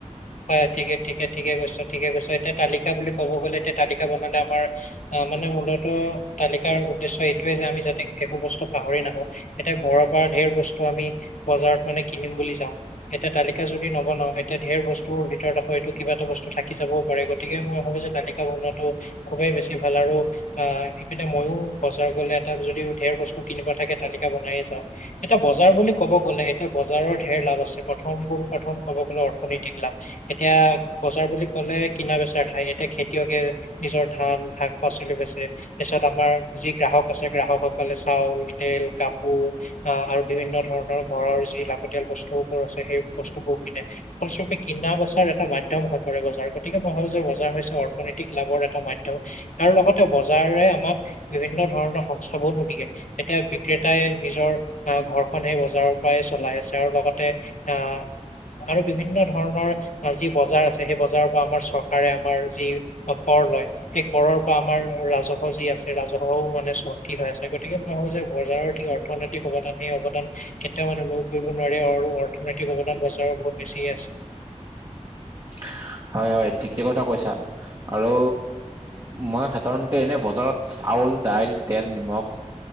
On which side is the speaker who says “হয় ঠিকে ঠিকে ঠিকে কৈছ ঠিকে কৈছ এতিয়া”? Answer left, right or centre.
Left